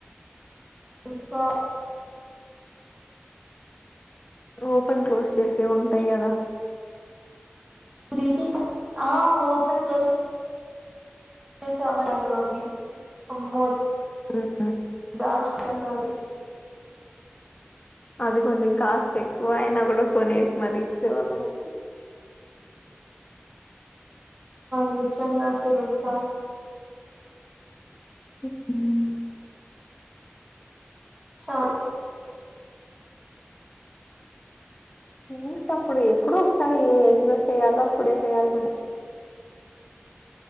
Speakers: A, on the right; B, on the left.
A: ఇంఫా
B: ఓపన్ పోస్ చేస్తే ఉంటాయి కదా
A: ట్రీటింకా ఆ ఓపెన్ చేసే చేసేఅవైట్ వవ్వి అమ్మో
B: హు
A: దాచుక కాదు
B: అది కొంచం కాస్ట్ ఎక్కువ అయినా కూడా కొనేసి మరి ఇచ్చే వాళ్ళు మాకు
A: నిజం గా అసలు అబ్బా
B: <inaudible>
A: చా
B: ఇంకప్పుడు ఎప్పుడో ఒకసారి ఏ ఏజ్ లో చేయాలో అప్పుడే చేయాలి మనం